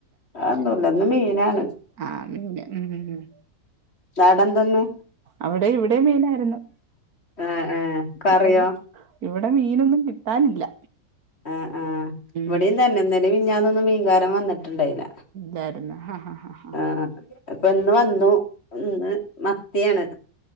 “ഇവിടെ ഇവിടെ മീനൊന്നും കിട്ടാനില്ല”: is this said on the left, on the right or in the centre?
Right